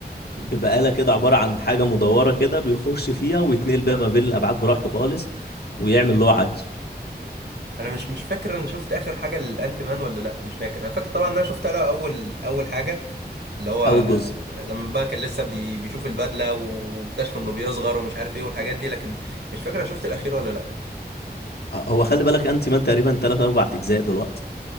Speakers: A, on the left; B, on the right.
A: بيبقى آلة كده عبارة عن حاجة مدورة كده بيخش فيها ويتنقل بيها ما بين الأبعاد براحته خالص ويعمل اللي هو عايزه
B: انا مش مش فاكر انا شفت اخر حاجه للانت مان ولا لا مش فاكر انا فاكر طبعا ان انا شفت انا اول اول حاجه اللي هو
A: أول جزء
B: لما بقى كان لسه بي بيشوف البدله واكتشف انه بيصغر ومش عارف ايه والحاجات دي لكن مش فاكر انا شفت الاخير ولا لا
A: هو خلي بالك انتي مان تقريبا تلات أربع أجزاء دلوقتي